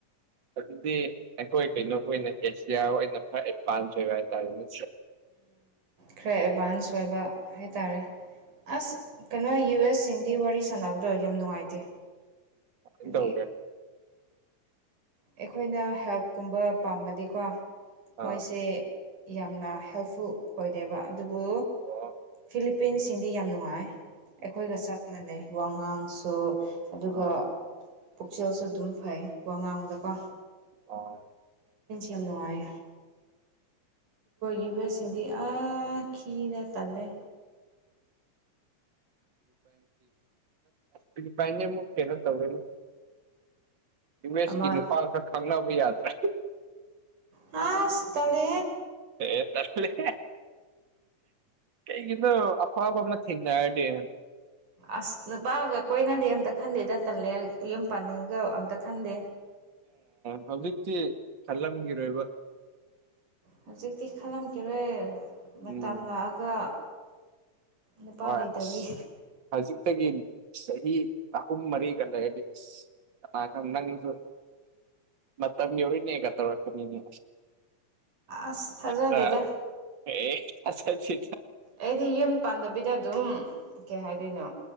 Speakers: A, on the right; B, on the right.
A: ꯑꯗꯨꯗꯤ ꯑꯩꯈꯣꯏ ꯀꯩꯅꯣ ꯑꯩ ꯑꯣꯏꯅ ꯑꯦꯁꯤꯌꯥ ꯑꯣꯏꯅ ꯈꯔ ꯑꯦꯗꯚꯥꯟꯁ ꯑꯣꯏꯕ ꯍꯥꯏꯇꯥꯔꯦꯅꯦ
B: ꯈꯔ ꯑꯦꯗꯚꯥꯟꯁ ꯑꯣꯏꯕ ꯍꯥꯏꯇꯥꯔꯦ ꯑꯁ ꯀꯩꯅꯣ ꯌꯨ ꯑꯦꯁ ꯁꯤꯡꯗꯤ ꯋꯥꯔꯤ ꯁꯥꯟꯅꯕꯗꯣ ꯌꯥꯝ ꯅꯨꯡꯉꯥꯏꯇꯦ ꯍꯥꯏꯗꯤ
A: ꯏ ꯇꯧꯒꯦ
B: ꯑꯩꯈꯣꯏꯅ ꯍꯦꯜꯞꯀꯨꯝꯕ ꯄꯥꯝꯕꯗꯤꯀꯣ
A: ꯑꯥ
B: ꯃꯣꯏꯁꯦ ꯌꯥꯝꯅ ꯍꯦꯜꯞꯐꯨꯜ ꯑꯣꯏꯗꯦꯕ ꯑꯗꯨꯕꯨ
A: ꯑꯣ
B: ꯐꯤꯂꯤꯄꯤꯟꯁꯤꯡꯗꯤ ꯌꯥꯝ ꯅꯨꯡꯉꯥꯏ ꯑꯩꯈꯣꯏꯒ ꯆꯞ ꯃꯥꯟꯅꯩ ꯋꯥꯉꯥꯡꯁꯨ ꯑꯗꯨꯒ
A: ꯑꯣ
B: ꯄꯨꯛꯆꯦꯜꯁꯨ ꯑꯗꯨꯝ ꯐꯩ ꯋꯥ ꯉꯥꯡꯕꯗꯀꯣ
A: ꯑꯣ
B: ꯌꯥꯝ ꯅꯨꯡꯉꯥꯏ ꯌꯨ ꯑꯦꯁ ꯁꯤꯡꯗꯤ ꯑꯥꯈꯤꯅ ꯇꯜꯂꯦ
A: ꯔꯤꯟꯁꯤꯄꯥꯏꯟꯅꯦ ꯃꯛ ꯀꯩꯅꯣ ꯇꯧꯕꯔ ꯃꯦꯁꯀꯤ
B: ꯑꯃꯅ
A: ꯅꯨꯄꯥ ꯈꯔ ꯈꯪꯅꯕ ꯌꯥꯗ꯭ꯔꯦ
B: ꯍꯥ ꯁꯤ ꯇꯂꯦ
A: ꯍ ꯇꯁ ꯂꯩ ꯀꯒꯤꯅ ꯑꯄꯥꯕ ꯑꯃ ꯊꯦꯡꯅꯔꯗꯤ
B: ꯑꯁ ꯅꯨꯄꯥꯒ ꯀꯣꯏꯅꯗꯤ ꯑꯝꯇ ꯈꯟꯗꯦꯗ ꯇꯜꯂꯦ ꯌꯨꯝ ꯄꯥꯅꯤꯡꯕꯒ ꯑꯝꯇ ꯈꯟꯗꯦ
A: ꯍꯧꯖꯤꯛꯇꯤ ꯈꯜꯂꯝꯒꯤꯔꯣꯏꯕ
B: ꯍꯧꯖꯤꯛꯇꯤ ꯈꯜꯂꯝꯈꯤꯦꯔꯣꯏ ꯃꯇꯝ
A: ꯎꯝ
B: ꯂꯥꯛꯑꯒ ꯅꯨꯄꯥ
A: ꯍꯣꯏ
B: ꯂꯩꯇꯕꯩ
A: ꯑꯁ ꯍꯧꯖꯤꯛꯇꯒꯤ ꯆꯍꯤ ꯑꯍꯨꯝ ꯃꯔꯤꯒ ꯂꯩꯔꯗꯤ ꯑꯁ ꯄꯁꯨ ꯃꯇꯝ ꯌꯧꯔꯤꯅꯦꯒ ꯇꯧꯔꯛꯀꯅꯤꯅꯦ
B: ꯑꯁ ꯊꯥꯖꯩ
A: ꯍꯦꯛꯇ
B: ꯑꯗꯨꯦꯗ
A: ꯑꯦ ꯑ ꯆꯤ
B: ꯑꯩꯗꯤ ꯌꯨꯝ ꯄꯥꯟꯗꯕꯤꯗ ꯑꯗꯨꯝ ꯀꯩ ꯍꯥꯏꯗꯣꯏꯅꯣ